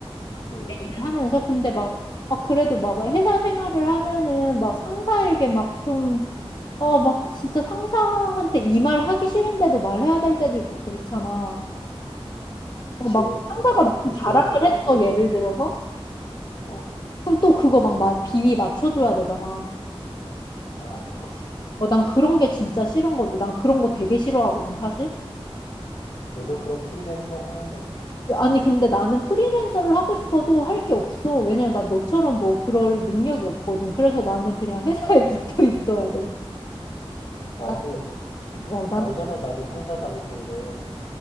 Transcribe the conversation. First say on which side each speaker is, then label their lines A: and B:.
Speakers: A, on the left; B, on the left.
A: 응.
B: 내 일을 하면서. 근데 막, 아, 그래도 막 회사 생활을 하면은 막 상사에게 막 좀, 어, 막 진짜 상사한테 이 말 하기 싫은데도 말해야 될 때도 있고 그렇잖아.
A: 그치.
B: 어, 막 상사가
A: 말
B: 막
A: 섞기 싫어도.
B: 자랑을 했어, 예를 들어서.
A: 어.
B: 그럼 또 그거 막 마- 비위 맞춰줘야 되잖아.
A: 아이고,
B: 어, 난 그런 게 진짜 싫은 거지. 난 그런 거 되게 싫어하거든, 사실.
A: 너도 그럼 프리랜서 해.
B: 아니, 근데 나는 프리랜서를 하고 싶어도 할 게 없어. 왜냐면 난 너처럼 뭐 그럴 능력이 없거든. 그래서 나는 그냥 회사에 <laughs> 붙어 있어야 돼.
A: 나도,
B: 나, 어, 난,
A: 알잖아. 나도 회사 다녔던 거.